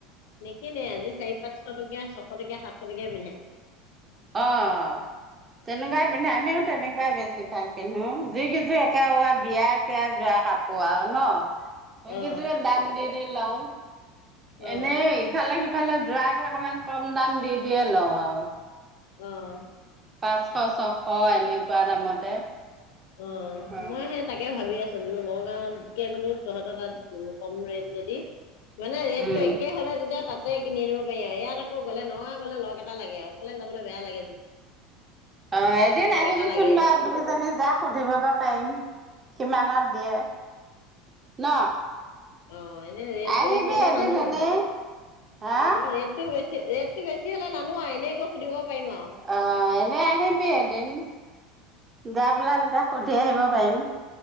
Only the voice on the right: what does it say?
অঁ'। তেনেকুৱাই
পিন্ধে আমিও তেনেকুৱাই বেছি ভাল পিন্ধো, যি কিযোৰ একে কবা বিয়াত- যোৱা কাপোৰ আৰু ন, সেই
গিযোৰে দাম দি দি লওঁ।
এনেই ইফালে সিফালে যোৱাকে অকমান কম দাম দি দিয়ে লওঁ আৰু।
পাঁচশ ছশ এনেকুৱা দামতে।
অ
উম
অঁ, এদিন
আহিবিচোন
বাৰ দুইজনী যাক সুধিবগে পাৰিম কিমানত দিয়ে? ন!
আহিবি
এদিন
এনেই হা
অঁ, এনেই আহিবি এদিন। যায় পেলাই তেতিয়া সুধি আহিব পাৰিম।